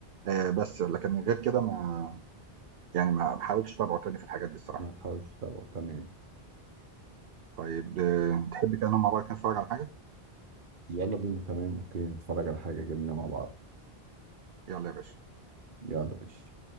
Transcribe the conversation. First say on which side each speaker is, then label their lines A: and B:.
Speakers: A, on the right; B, on the right.
A: آآ بس، لكن غير كده ما يعني ما ما حاولتش أتابعه تاني في الحاجات دي الصراحة.
B: ما تحاولش تتابعه تمام
A: طيب آه، تحب كده نقعد مع بعض كده نتفرّج على حاجة؟
B: يلا بينا تمام اوكي نتفرج على حاجة جميلة مع بعض
A: يالّا يا باشا.
B: يلا بينا